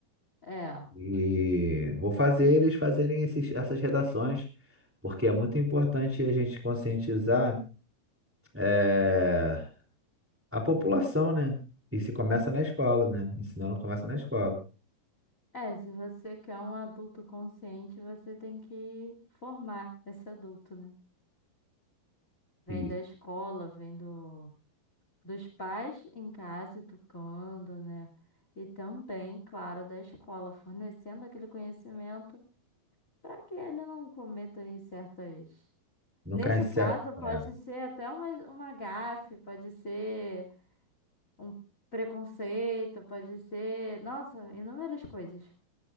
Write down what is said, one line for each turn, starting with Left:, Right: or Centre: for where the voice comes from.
Left: é.
Centre: E vou fazer eles fazerem esses- essas redações, porque é muito importante a gente conscientizar, é, a população, né? E se começa na escola, né? Ensinando começa na escola.
Left: É, se você quer um adulto consciente, você tem que formar esse adulto, né? Vem
Centre: Isso.
Left: da escola, vem do, dos pais em casa educando, né? E também, claro, da escola, fornecendo aquele conhecimento para que ele não cometa aí certas
Centre: Não
Left: Nesse
Centre: cai em certo.
Left: caso, pode
Centre: é.
Left: ser até uma, uma gafe, pode ser um preconceito, pode ser, nossa, inúmeras coisas.